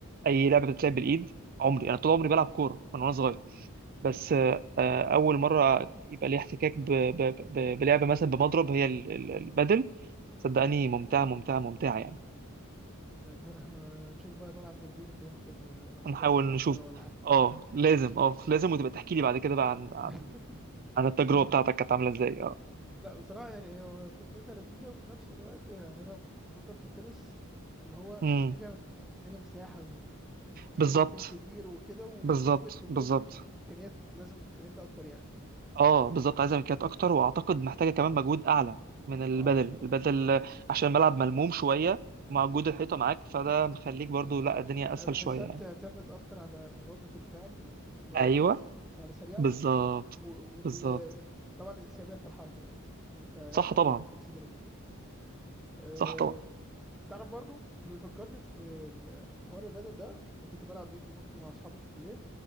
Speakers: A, on the right (about 40°); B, in the centre.
A: اي لعبه بتتلعب بالايد عمري انا طول عمري بلعب كوره من وانا صغير بس آه، آه، اول مره يبقى لي احتكاك ب- ب- ب- بلعبه مثلا بمضرب هي ال- ال- البادل صدقني
B: مم.
A: ممتعه ممتعه ممتعه يعني
B: امبارح احنا نشوف بقى ملعب جنبينا كده ممكن نروح نجرب
A: هنحاول
B: فيه
A: نشوف
B: مرة ولا حاجة
A: اه لازم اه لازم وتبقى تحكي لي بعد كده بقى عن عن,
B: <laughs>
A: عن التجربه
B: اكيد
A: بتاعتك كانت عامله ازاي اه
B: لا بصراحة يعني هو فكرتها لذيذة وفي نفس الوقت يعني انا كنت بفكر في التنس اللي هو محتاجة
A: امم
B: محتاجة مساحة و- ومحتاجة
A: بالظبط
B: مكان كبير وكده وممكن
A: بالظبط
B: تكون
A: بالظبط
B: امكانيات لازم امكانيات اكتر يعني
A: اه بالظبط عايزه ملكيات اكتر واعتقد محتاجه كمان مجهود اعلى من البدل
B: اه
A: البدل عشان الملعب ملموم شويه مع وجود الحيطه معاك فده مخليك برضو
B: لا،
A: لا الدنيا
B: يعني
A: اسهل
B: بحسها
A: شويه يعني
B: بتعتمد اكتر على ردة الفعل اللي هو
A: ايوه
B: تكون ردة فعل سريعة
A: بالظبط
B: و... و- وال
A: بالظبط
B: طبعا الانسيابية في الحركة بقى يعني انت عندك
A: صح طبعا
B: فلكسبيليتي بقى أه...
A: صح طبعا
B: تعرف برضو اللي بيفكرني في ال- حوار البدل ده انا كنت بلعب بينج بونج مع اصحابي في الكلية